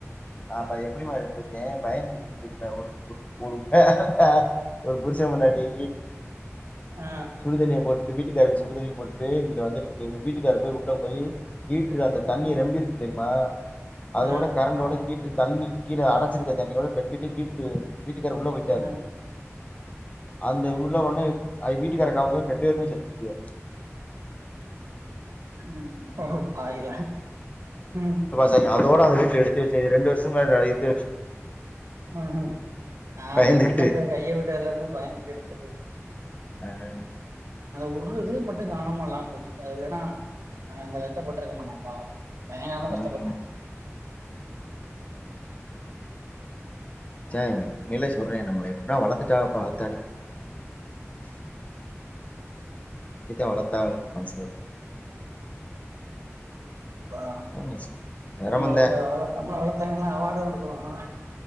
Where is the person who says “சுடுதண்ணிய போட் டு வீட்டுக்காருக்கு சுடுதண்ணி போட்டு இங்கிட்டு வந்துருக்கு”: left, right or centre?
Left